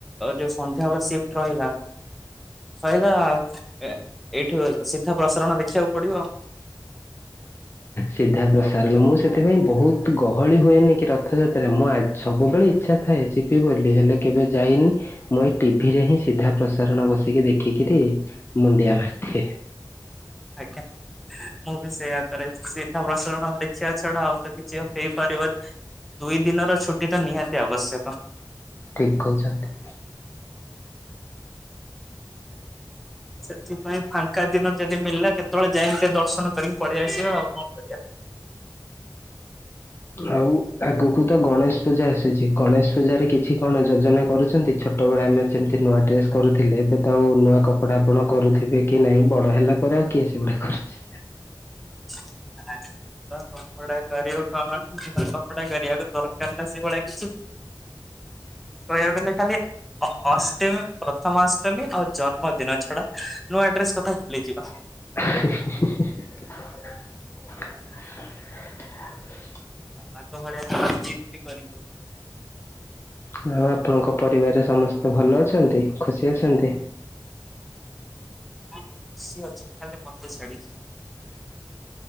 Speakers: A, in the centre; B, on the left (about 30°).
A: ଯୋଉ ସନ୍ଧ୍ୟାବେେଳେ ସିଫ୍ଟ ରହିଲା। ଶଇଲା ଆଉ ଏ ଏଇଠୁ ସିଧା ପ୍ରସାରଣ ଦେଖି ଦେଖିବାକୁ ପଡିବ ଆଉ।
B: ସିଧା ପ୍ରସାରଣ ମୁଁ ସେଥିପାଇଁ ବହୁତ ଗହଳି ହୁଏନି କି ରଥଯାତ୍ରାରେ ମୁଁ ସବୁବେଳେ ଇଚ୍ଛା ଥାଏ ଯିବି ବୋଲି ହେଲେ କେବେ ଯାଇନି ମୁଁ ଏ ଟିଭିରେ ହିଁ ସିଧା ପ୍ରସାରଣ ବସି ଟିକେ ଦେଖିକିରି ମୁଣ୍ଡିଆ ମାରି
A: ଆଜ୍ଞା ମୁଁ ବି ସେଇୟା କରେ ସିଧା ପ୍ରସାରଣ ଦେଖି ତା ଛଡା ଆଉ ତ କିଛି ହେଇପାରିବନି ଦୁଇ ଦିନର ଛୁଟି ତ ନିହାତି ଆବଶ୍ୟକ।
B: ଠିକ୍ କହୁଛନ୍ତି।
A: ସେଥିପାଇଁ ଫାଙ୍କା ଦିନ ଯଦି ମିଳିଲା କେତେବେଳେ ଯାଇକି ଟିକେ ଦର୍ଶନ କରିକି ପଳେଇ ଆସିବା ଆଉ କଣ କରିବା।
B: ଆଉ ଆଗକୁ ତ ଗଣେଶ ପୂଜା ଆସିଛି ଗଣେଶ୍। ପୂଜାରେ କିଛି କଣ ଯୋଜନା କରୁଛନ୍ତି ଛୋଟବେଳେ ଆମେ ଯେମିତି ନୂଆ ଡ୍ରେସ୍ କରୁଥିଲେ ଏବେ ତ ଆଉ ନୂଆ କପଡ଼ା ଆପଣ କରୁଥିବେ କି ନାଇଁ ବଡ ହେଲା ପରେ ଆଉ କିଏ ସେଗୁଡା କରୁଛି।
A: କପଡା କରିବୁ କଣ କପଡା କରିବାକୁ ଦରକାର ନା ସେଭଳିଆ କିଛି। କହିବା ଗଲେ ଖାଲି ଅଷ୍ଟମୀ ପ୍ରଥମାଷ୍ଟମୀ ଆଉ ଜନ୍ମଦିନ ଛଡା ନୂଆ ଡ୍ରେସ୍ କଥା ଭୁଲିଯିବା।
B: <inaudible>
A: ଆଗ ଭଳିଆ ତ ଆଉ ଜିଦ୍ ବି କରିହେବନି।
B: ଆଉ ଆପଣଙ୍କ ପରିବାରରେ ସମସ୍ତେ ଭଲ ଅଛନ୍ତି ଖୁସି ଅଛନ୍ତି। <inaudible>
A: ଖୁସି ଅଛନ୍ତି ଖାଲି ମତେ ଛାଡି କି।